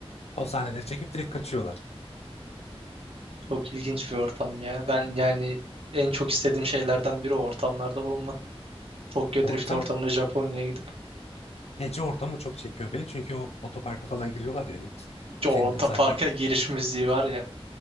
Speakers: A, on the left; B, on the right.
A: O sahneleri çekip direkt kaçıyorlar.
B: Çok ilginç bir ortam ya. Ben yani en çok istediğim şeylerden biri o ortamlarda bulunmak. Tokyo Drift
A: Ortam,
B: ortamına Japonya'ya gidip
A: gece ortamı çok çekiyor beni. Çünkü o otoparka falan giriyorlar ya hani ilk
B: o
A: filmde
B: ta
A: zaten
B: parka giriş müziği var ya.